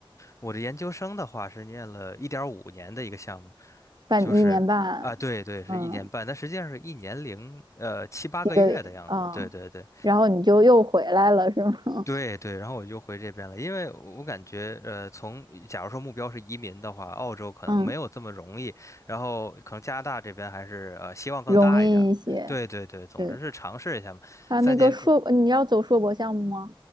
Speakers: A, on the left; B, on the right.
A: 我的研究生的话是念了一点五年的一个项目，
B: 半一年半，
A: 就是啊，对对，是一年半，
B: 嗯，
A: 但实际上是一年零呃七八个月的样子。
B: 几个月啊，
A: 对对对
B: 然后你就又回来了，是吗？<laughs>
A: 对对，然后我就回这边了，因为我感觉呃，从假如说目标是移民的话，澳洲可能没有这么容易，
B: 嗯，
A: 然后可能加拿大这边还是呃希望更大一点嘛。
B: 容易一些。
A: 对对对，总之是尝试一下嘛，
B: 对，他那个硕，
A: 三年更。
B: 你要走硕博项目吗？